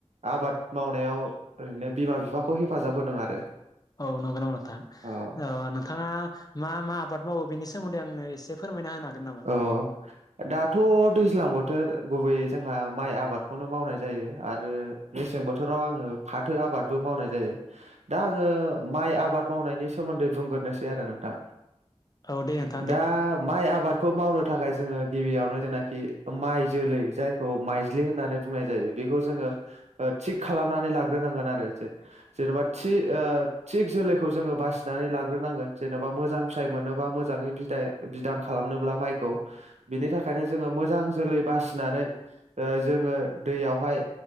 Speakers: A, on the right; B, on the left.
A: आबाद मावनायाव ओरैनो बिमा बिफाखौ हेफाजाब होदों आरो
B: औ नंगौ नामा नोंथां
A: अ
B: नोंथाङा मा मा आबाद मावो बेनि सोमोन्दै आंनो एसे फोरमायना होनो हागोन नामा
A: औ दाथ' दैज्लां बोथोर गुबैयै जोंहा माइ आबादखौनो मावनाय जायो आरो ओ मेसें बोथोराव आंङो फाथो आबादबो मावनाय जायो दा आंङो माइ आबाद मावनायनि सोमोन्दै बुंग्रोनोसै आरो नोंथां।
B: औ दे नोंथां
A: दा माइ आबादखौ मावनो नि थाखाय जोङो गिबियावनो जेनाखि माइ जोलै जायखौ माइज्लि होननानै बुंनाय जायो बेखौ जोङो थिग खालामनानै लाग्रोनांगोन आरो जे जेन'बा थि ओ थिग जोलैखौ जोङो बासिनानै लाग्रोनांगोन जेन'बा मोजां फिथाइ मोनोबा मोजांङै बिदाय बिदां खालामनोब्ला माइखौ बिनि थाखायनो जोङो मोजां जोलै बासिनानै ओ जोङो दैयावहाय